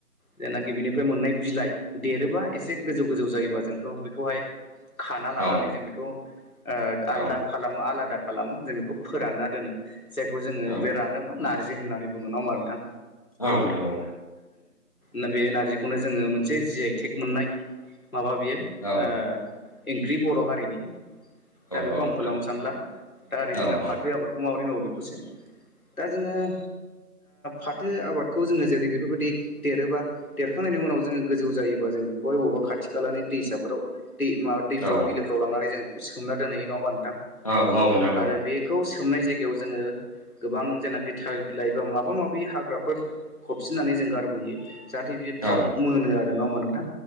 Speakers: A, on the left; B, on the left.
A: जेनाखि बिनिफ्राय मोननाय बिलाइ देरोबा एसे गोजौ-गोजौ जायोबा जोंखौ बेखौहाय खाना लानानै
B: औ
A: जों बेखौ ओ आलदा
B: औ
A: खालामो आलादा खालामो जों बेखौ फोरानना दोनो जायखौ जोङो
B: औ
A: बे रानोबा नारजि होननानै बुङो नङा होमबा नोंथां
B: औ नोंथां औ
A: ना बे नारजिखौनो जोङो मोनसे जि आइ थेग मोननाय माबा बियो
B: औ
A: ओ एंख्रि बर' हारिनि दा बेखौ
B: औ नोंथां
A: आं फोलावनो सानला दा ओरै जोंना
B: औ औ
A: फाथो आबादखौ माबोरै मावो बेखौसो दा जोङो ओ फाथो आबादखौ जोङो जेरै बेफोरबायदि देरोबा देरखांनाय नि उनाव जोंङो गोजौ जायोबा जों बेखौहाय अबा खाथि खालानि दैसाफोराव दै मा
B: नोंथां
A: दैफोराव
B: औ नोंथां
A: बिलोफ्राव लांनानै जों बेखौ सोमना दोनहैयो नङा होनबा नों थां
B: औ नोंथां औ औ नोंथां
A: आरो बेखौ सोमनाय जायगायाव जोङो गोबां जेनाखि थालिर बिलाइ बा माबा माबि हाग्राफोर फबसिननानै जों गारबोयो जाहाथे बियो थाब
B: औ
A: मोनो आरो नङा होमबा नोंथां